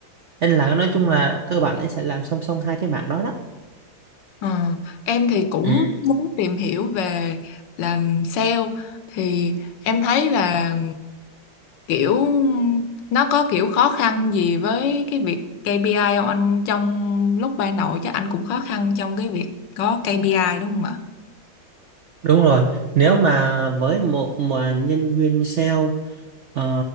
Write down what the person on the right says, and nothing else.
Nên là nói chung là cơ bản là anh sẽ làm song song hai cái mảng đó đó.
Ừm.
Đúng rồi, nếu mà với một mà nhân viên sale, ờ,